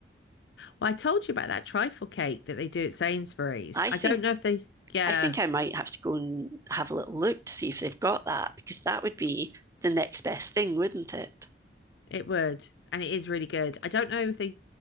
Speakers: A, on the left (about 75°); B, on the right (about 15°).
A: Well, I told you about that trifle cake that they do at Sainsbury's.
B: I
A: I
B: think
A: don't know if they, yeah,
B: I think I might have to go and have a little look to see if they've got that because that would be the next best thing, wouldn't it?
A: It would, and it is really good. I don't know if they